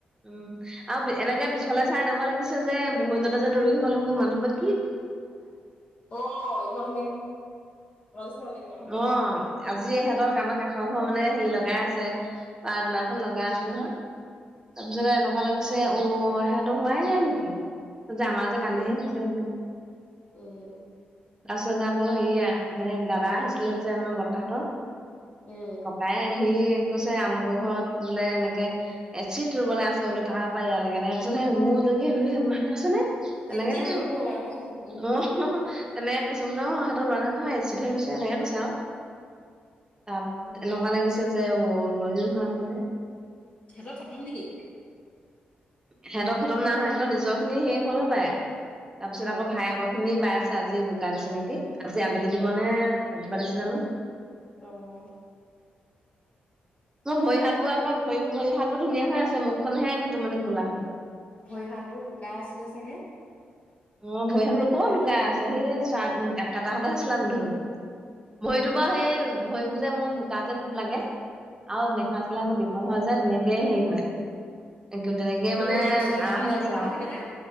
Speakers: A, on the right; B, on the left.
A: উম আৰু এনেকে পিছফালে চাই এনেকুৱা লাগিছে যে বহুদিনতে যেন ৰুই হ'লবোৰ মানুহবোৰ
B: অ', ইমান। <unintelligible> ধৰ
A: অ', আজি ইহঁতৰ আমাৰ কাষৰ ঘৰ মানে হেৰি লগাই আছে পাৰ দলাৰ খন লগাই আছে নহয় তাৰপিছতে
B: উম,
A: এনেকুৱা লাগিছে যে অ', সিহঁতো হোৱাই নাই নেকি যে আমাৰ
B: উম,
A: যে কালিহে হৈছে স মানে
B: উম,
A: তাৰছত আকৌ সেয়া মানে দাদা আহিছিলে যে আমাৰ বতাহতৰ
B: উম,
A: ককাই আহি সি কৈছে আমুকৰ ঘৰত বোলে এনেকে এ চিত ৰুবলৈ আছে বোলে তট পাই ইয়াৰ লাগে এনেকে কৈছে ন নাই মোৰ এ <unintelligible> নে তেনেকে
B: কেতিয়া
A: কৈছো
B: ৰুব
A: অ'।
B: এনেকুৱা হৈছে, উম।
A: এনেকে কৈছো ন এহতৰ ৰুৱা নহয় এছি ধৰিছে এনেকে কৈছো। চা তাৰছ এনেকুৱা লাগিছে যে ৰো খোৱা নাই ন
B: সিহঁতৰ খটম নেকি?
A: সিহঁতৰ খতম নাই হোৱা সিহঁত নিজৰখিনি শেষ হলেও পায় তাৰপিছত
B: অ',
A: আকৌ ভাই আক খিনি বাই আজি বোকা দিছে নেকি আজি আবেলি দিব নে ৰাতিপুৱা দিছে জানো।
B: অহ।
A: ম ভৰি হাত বোৰ আকৌ ভৰি ভৰি হাতবোৰ ধুনীয়া হৈ আছে মুখখনহে তো মনি খোনা হ <unintelligible>
B: ভৰি হাত বোৰ লুকাই আছিলে চাগে।
A: অ', ভৰিয়াল লোক লুকাই আছে সেই চ একটা সদহে চোলা পিন্ধো দেখোন। ভয়তো
B: অ'।
A: পা সেই ভয় যে মোৰ বোকা যে খুব লাগে আৰু মেখেলা চেলাবোৰ দীঘল হয় যে তেনেকে হেৰি হয় এক তেনেকেই মানে
B: উম, জলপা
A: আৰ হৈ
B: জলপা
A: আছে আৰু
B: থাকে যে।